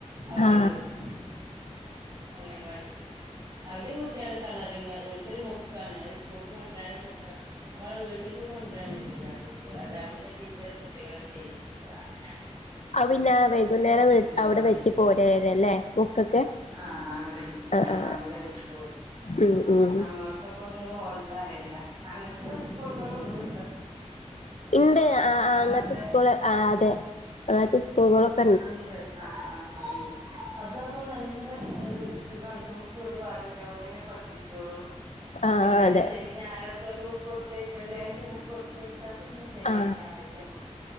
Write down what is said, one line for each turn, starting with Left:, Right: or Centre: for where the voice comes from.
Right: അവിടെയും
Left: ആ
Right: കൊടുക്കുക അങ്ങനവാടി അവിടയും കുട്ടികള് കളറിങ്ങ് അവക്കൊരു ബുക്കാണ് അവര് സ്കൂക്ക് കൊണ്ടുവരാനും വെക്കാ നമ്മള് വീട്ടിക്ക് കൊണ്ടുവരാൻ പറ്റൂല ബുക്ക് അത് അവിടുന്ന് ടീച്ചർ കുട്ടികളെ ചെയ്പ്പി അങ്ങനെയാണ്
Left: അത് പിന്നെ വൈകുന്നേരം
Right: അംഗൻവാടിയില്
Left: അവിടെ വെച്ച് പോരെര അല്ലേ ബുക്കൊക്കെ
Right: ആഹ് അവിടെ വെച്ച്
Left: ആ
Right: ആഹ്
Left: ആ
Right: അവിടെ വെച്ച് പോരും
Left: ഉം ഉം
Right: നമ്മക്കിപ്പോ ഒന്നും ഓൽതറിയണ്ട അങ്ങനത്തെ സ്കൂളുകളുണ്ട്
Left: ഉണ്ട്
Right: പഠിപ്പിക്കാതെ
Left: ആഹ് ആ അങ്ങനത്തെ സ്കൂള് ആഹ് അതെ അങ്ങനത്തെ സ്കൂളുകളൊക്
Right: ഉണ്ട് ആഹ് ആഹ് ആഹ് ഉണ്ട് അതാകുമ്പോ നല്ല ഒരു സുഖമാണ് നമക്ക് ഒരു പാടുവില്ല ഓല് തന്നെ പഠിപ്പിച്ചോളും
Left: ആ ആ
Right: പിന്നെ
Left: അതെ
Right: ശനി ഞായറൊക്കെ ഓല് ബുക്ക് കൊടുത്ത വെള്ളിയാഴ്ച ബുക്ക് കൊടുത്ത് അയച്ചാല് പിന്നെ ശനിയാഴ്ച്ച
Left: ആ
Right: ഞാറാഴ്ചആകുമ്പോ